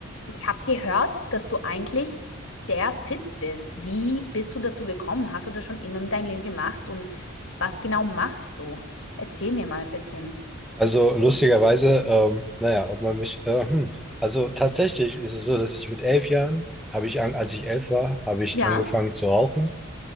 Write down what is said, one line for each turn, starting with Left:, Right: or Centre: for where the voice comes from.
Left: Ich habe gehört, dass du eigentlich sehr fit bist. Wie bist du dazu gekommen? Hast du das schon immer in deinem Leben gemacht? Und was genau machst du? Erzähl mir mal ein bisschen.
Centre: Also lustigerweise, ähm, naja, ob man mich, äh, hm. Also tatsächlich ist es so, dass ich mit elf Jahren, habe ich an, als ich elf war, habe ich
Left: Ja.
Centre: angefangen zu rauchen.